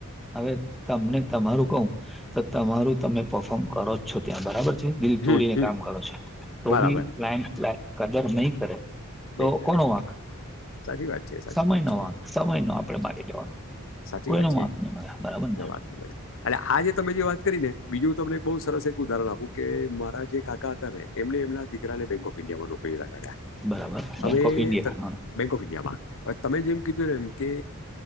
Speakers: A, in the centre; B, on the left (about 65°).
A: હવે તમને તમારું કવું તો તમારું તમે પફોર્મ કરો છો ત્યાં બરાબર છે દિલ
B: હમ
A: તોડીને
B: હમ
A: કામ કરો છ તો
B: બરાબર
A: બી ક્લાઈન્ટ કદર નહીં કરે તો
B: લઈ
A: કોનો વાંક
B: સાચી વાત છે સાચી
A: સમય
B: વાત
A: નો
B: છે.
A: વાંક સમય નો આપડે મારી લેવાનો
B: સાચી
A: કોઈનો
B: વાત છે.
A: વાંક બરાબર ને.
B: એ આજ તમે જે વાત કરીને બીજું તમને બ સરસ એક ઉદાહરણ આપું કે મારા જે કાકા હતા ને એમને એમના દીકરાને બેંક ઓફ ઈન્ડિયા માં નોકરી લગાડ્યા
A: બરાબર બેંક
B: અવે
A: ઓફ ઇન્ડિયા
B: ત
A: હા
B: બેંક ઓફ ઇન્ડિયામાં હવે તમે જેમ કીધું ને એમ કે